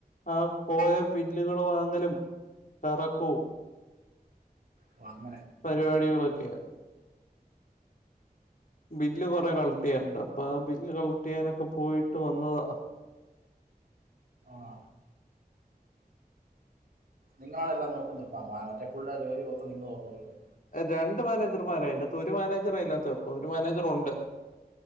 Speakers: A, on the left; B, on the right.
A: ആ പോയ ബില്ലുകൾ വാങ്ങലും കറക്കവും
B: ഉ വങ്ങന
A: പരിപാടികളൊക്കെയ ബില്ല്
B: പിന്നെ
A: കൊറെ കള ക്റ്റ് ചെയ്യാനുണ്ട് അപ്പൊ ആ ബില്ല് കളക്ട് ചെയ്യാനൊക്കെ പോയിട്ട് വന്നതാ
B: ആ നിങ്ങളാണെല്ലാം നോക്കുന്നത് ഇപ്പം മറ്റേ <unintelligible> ജോലി മൊത്തം നിങ്ങൾ നോക്കുന്നല്ലേ
A: രണ്ട് മാനേജർമാര അഇൻ്റെകത്ത് ഒരു മാനേജർ ഇല്ലാത്ത ഇപ്പൊ ഒരു മാനേജർണ്ട്